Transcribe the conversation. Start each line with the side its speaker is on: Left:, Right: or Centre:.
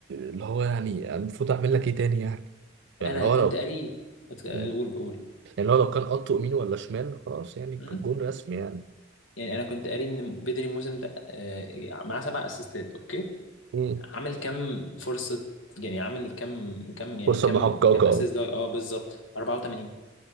Right: اللي هو يعني المفروض أعمل لك إيه تاني يعني يعني
Left: انا
Right: اللي هو
Left: كنت
Right: لو
Left: قاري بقول
Right: مم.
Left: بقول
Right: يعني هو لو كان قطه يمين ولا شمال خلاص يعني
Left: م?
Right: الجون رسمي يعني
Left: يعني انا كنت قاري ان بدري الموسم ده آه، معاه سبع اسيستات اوكي
Right: مم.
Left: عامل كام فرصه يعني عامل كام كام يعني
Right: فرصة
Left: كام
Right: محققة
Left: كام اسيست
Right: أهو.
Left: ده؟ اه بالظبط 84